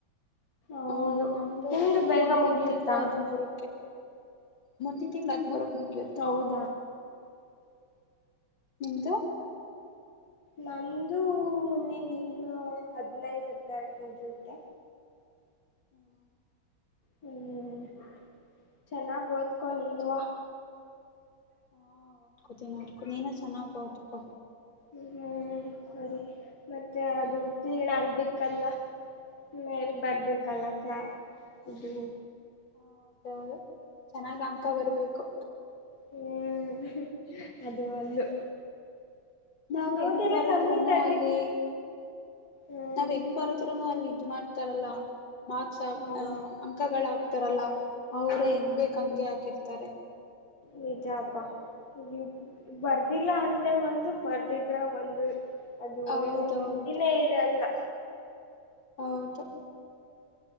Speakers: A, on the left; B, on the left.
A: ಹೌದು
B: ಹೂ ನಮ್ದು
A: ನಿಮ್ದು ಬೇಗ
B: ಮುಂದಿನ್
A: ಮುಗಿಯುತ್ತಾ
B: ತಿಂಗ್ಳು ಹದ್ಮೂರುಕ್ಕೆ. ಮುಂದಿನ್ ತಿಂಗ್ಳ್ ಹದ್ಮೂರುಕ್ ಮುಗಿಯುತ್ತೆ.
A: ಹೌದಾ
B: ನಿಮ್ದು.
A: ನಂದೂ ಮುಂದಿನ್ ತಿಂಗ್ಳು ಹದ್ನೈದ್ ಹಾದ್ನರಕ್ ಮುಗ್ಯುತ್ತೆ.
B: ಹ್ಮ್.
A: ಹ್ಮ್ ಚನ್ನಾಗ್ ಓದ್ಕೊ ನೀನುವ.
B: ಹೋ ಓದ್ಕೊತಿನ್ ಓದ್ಕೊ ನೀನು ಚನ್ನಾಗ್ ಓದ್ಕೊ.
A: ಹ್ಮ್ ಸರಿ ಮತ್ತೆ ಅದು. <unintelligible> ಆಗ್ಬೇಕಲ್ಲ ಮೇಲೆ ಬರ್ಬೇಕಲ್ಲ ಕಾ ಇದು
B: ಹ ಹೌದೌದು ಚೆನ್ನಾಗ್ ಅನ್ಕಾ
A: ಹ್ಮ್
B: ಬರ್ಬೇಕು.
A: ಹ್ಮ್ ಅದು ಒಂದು.
B: ನಾವ್
A: ಅವಾಗೆಲ್ಲ
B: ಹೆಂಗ್ ಬರೆದ್ರುನು
A: ಕಮ್ಮಿ ತಗಿದ್
B: ಅಲ್ಲಿ
A: ಹ್ಮ್
B: ನಾವ್ ಹೆಂಗ್ ಬರುತ್ರುನು ಅಲ್ಲಿ ಇದ್ ಮಾಡ್ ಅಂತಾರಲ್ಲ ಮಾರ್ಕ್ಸ್ ಆ
A: ನಾವು
B: ಅಂಕಗಳ ಆಕ್ತಾರಲ್ಲ. ಅವರೇ ಹೆಂಗ್ ಬೇಕ್ ಹಂಗೆ ಹಾಕಿರ್ತಾರೆ.
A: ನಿಜ ಪಾ ನೀ ಬರ್ದಿಲ್ಲ ಅಂದ್ರೆ ಒಂದು ಬರ್ದಿದ್ರೆ ಒಂದು. ಅದು
B: ಹೌದೌದು
A: ಏನು ನೆಮ್ಮದಿನೆ ಇರಲ್ಲ.
B: ಹೌದು.